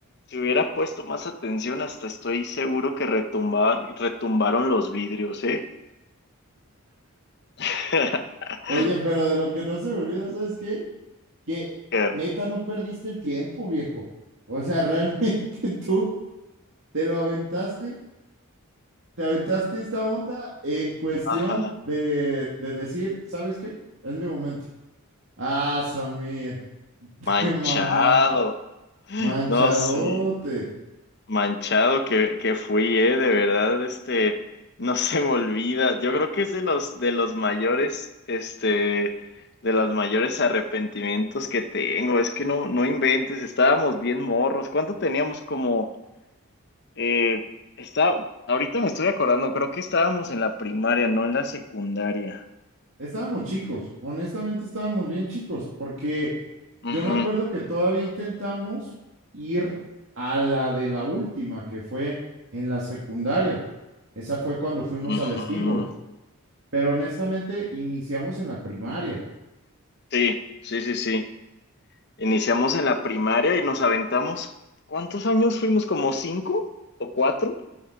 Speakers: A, on the left; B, on the right.
A: si hubiera puesto más atención, hasta estoy seguro que retumba- retumbaron los vidrios, ¿eh? <laughs>
B: Oye, pero de lo que no se me olvida, ¿sabes qué? Que
A: Que-
B: neta no perdiste el tiempo, viejo. O sea, realmente <laughs> tú te lo aventaste, te aventaste esta onda en cuestión
A: Ajá,
B: de, de decir, ¿sabes qué? Es mi momento. Ah, Samir, <laughs>
A: manchado.
B: qué mamá, manchadote.
A: No, sí. Manchado que, que fui, eh, de verdad, este, no se me olvida. Yo creo que es de los, de los mayores, este, de los mayores arrepentimientos que tengo. Es que no, no inventes, estábamos bien morros. ¿Cuánto teníamos como, eh, está, ahorita me estoy acordando, creo que estábamos en la primaria, no en la secundaria.
B: Estábamos chicos, honestamente estábamos bien chicos, porque
A: Ujú,
B: yo me acuerdo que todavía intentamos ir a la de la última, que fue en la secundaria. Esa fue cuando fuimos
A: ujú.
B: al skimboard, pero honestamente iniciamos en la primaria.
A: Sí, sí, sí, sí. Iniciamos en la primaria y nos aventamos, ¿cuántos años fuimos? ¿Como cinco o cuatro?